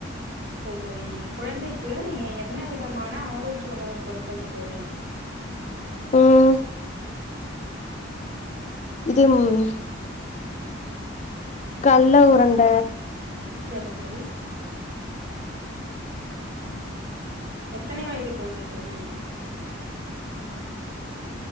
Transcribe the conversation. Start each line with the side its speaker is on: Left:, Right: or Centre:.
Right: செரி தோழி குழந்தைக்கு நீங்க என்ன விதமான ஆரோக்கிய உணவு கொடுப்பீங்க தோழி
Left: ம் இது ம் கல்ல உரண்ட.
Right: செரி தோழி எத்தனை வயது குழந்தை தோழி